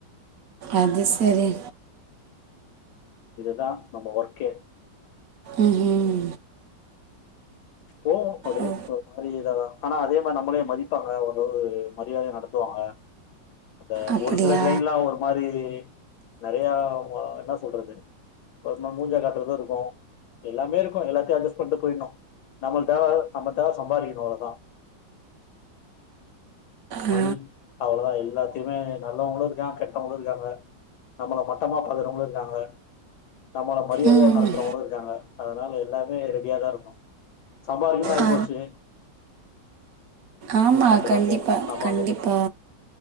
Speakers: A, on the right (about 60°); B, on the left (about 75°).
A: அது சேரி
B: இதுதா நம்ம ஒர்க்கே
A: ம் ம்
B: தேவபடு
A: ஓ
B: ஒரு மாரி ஆனா அதே மாதிரி நம்மளே மதிப்பாங்க ஒருளவு மரியாதையா நடத்துவாங்க அப்ப
A: அப்படியா
B: ஒரு சில கிளைன்லா ஒரு மாரி நிறைய என்ன சொல்றது ஒருநாள் மூஞ்சா காட்ற மாரி இருக்கு எல்லாமே இருக்கு எல்லாத்தையு அட்ஜஸ்ட் பண்ணிட்டுப் போயிணு நம்மளுக்கு தேவ நம்ம தேவ சம்பாதிக்கணு அவ்ளோ தா
A: ஆ
B: மணி அவ்ளோ தா எல்லாத்தையுமே நல்லவங்களு இருக்காங்க கெட்டவங்களு இருக்காங்க நம்மள மட்டமா பாக்கறவங்களு இருக்காங்க நம்மள மரியாதையா
A: ம்
B: நடத்துறவங்களு இருக்காங்க அதனால எல்லாமே ரெடியா தா இருக்கணு சம்பாரிக்கணு ஆய்போச்சு
A: ஆ ஆமா
B: பண்ட்டு
A: கண்டிப்பா
B: தா போணு நம்ம
A: கண்டிப்பா
B: அங்க போய்